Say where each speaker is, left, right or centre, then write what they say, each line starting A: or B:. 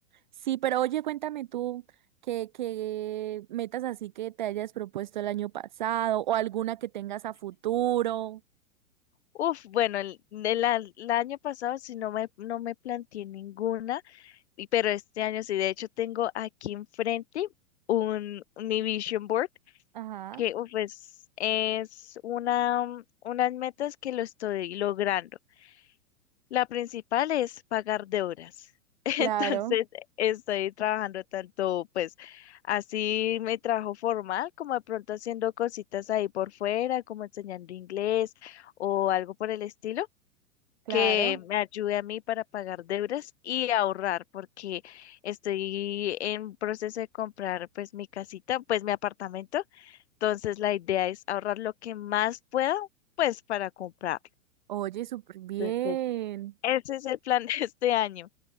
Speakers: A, on the right (about 35°); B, on the left (about 55°).
A: Sí, pero oye, cuéntame tú qué, qué metas así que te hayas propuesto el año pasado o alguna que tengas a futuro.
B: Uf, bueno, el, el a- el año pasado sí no me, no me planteé ninguna, y- pero este año sí, de hecho tengo aquí enfrente un, mi vision board,
A: Ajá,
B: que uf, es, es una, unas metas que lo estoy logrando. La principal es pagar deudas. <laughs> Entonces,
A: claro,
B: estoy trabajando tanto, pues, así mi trabajo formal, como de pronto haciendo cositas ahí por fuera, como enseñando inglés o algo por el estilo,
A: claro.
B: que me ayude a mí para pagar deudas y ahorrar, porque estoy en proceso de comprar, pues, mi casita, pues, mi apartamento. Entonces, la idea es ahorrar lo que más pueda, pues, para comprarlo.
A: Oye, súper bien.
B: Entonces, ese es el plan <laughs> de este año